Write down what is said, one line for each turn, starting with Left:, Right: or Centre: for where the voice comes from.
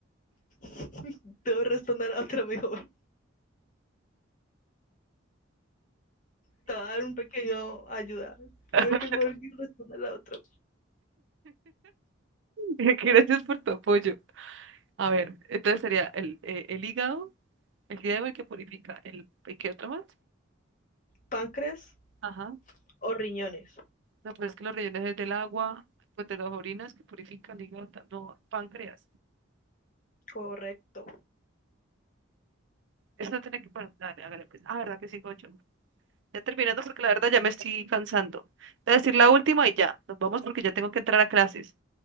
Left: <laughs> Debo responder a la otra mejor. Te voy a dar un pequeño ayuda.
Right: <laughs>
Left: Creo que es mejor que responda a la otra.
Right: Gracias por tu apoyo. A ver, entonces sería el, eh, el hígado, el hígado el que purifica, el, ¿y qué otro más?
Left: ¿Páncreas
Right: Ajá.
Left: o riñones?
Right: No, pues es que los rellenos es del agua, pues de las orinas que purifican, hígado, tam- no, páncreas.
Left: Correcto.
Right: Esto tiene que, bueno, dale, hágale pues. Ah, verdad que sí, Gocho. Ya terminando porque la verdad ya me estoy cansando. Voy a decir la última y ya, nos vamos porque ya tengo que entrar a clases.